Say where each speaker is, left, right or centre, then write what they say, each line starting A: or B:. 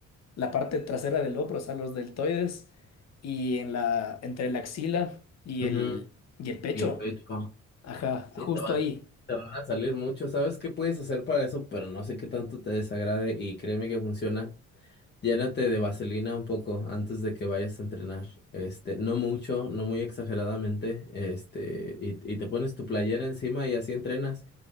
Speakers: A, on the left; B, on the left.
A: la parte trasera del hombro, o sea, los deltoides, y en la, entre la axila y
B: Ujú,
A: el, y el pecho.
B: Y el pecho,
A: Ajá,
B: sí,
A: justo
B: te van,
A: ahí.
B: te van a salir mucho. ¿Sabes qué puedes hacer para eso? Pero no sé qué tanto te desagrade y créeme que funciona. Llénate de vaselina un poco antes de que vayas a entrenar. Este, no mucho, no muy exageradamente. Este, y, y te pones tu playera encima y así entrenas.